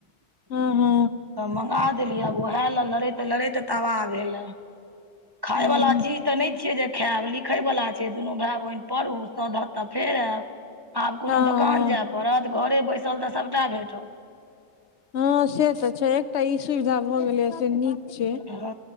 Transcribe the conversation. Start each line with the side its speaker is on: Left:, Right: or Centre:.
Left: हू हू।
Right: तऽ मंगा देलियै आब उएह लए लड़ैत-लड़ैत तबाह भेलअइ। खायवला
Left: हूँ
Right: चीज तऽ नहि छियै जे खायब लिखै वला छै दुनू भाय बहिन पढु सधत तऽ फेर आयब। आब कोनो
Left: हँ
Right: दोकान जाय पड़त घरे बैसल तऽ सबटा भेटत।
Left: हँ से तऽ छै एकटा ई सुविधा भऽ गेलैया से नीक छै।
Right: ह